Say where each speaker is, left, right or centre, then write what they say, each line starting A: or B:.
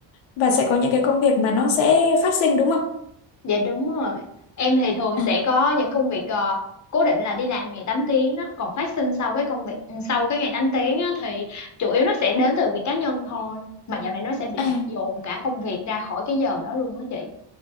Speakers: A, on the left; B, on the left.
A: và sẽ có những cái công việc mà nó sẽ phát sinh đúng không
B: Dạ đúng rồi. Em thì thường
A: à,
B: sẽ có những công việc ờ, cố định là đi làm ngày 8 tiếng đó, còn phát sinh sau cái công việc ừ, sau cái ngày 8 tiếng á, thì chủ yếu nó sẽ đến từ việc cá nhân thôi. Mà dạo này nó sẽ bị
A: à,
B: dồn cả công việc ra khỏi cái giờ đó luôn đó chị.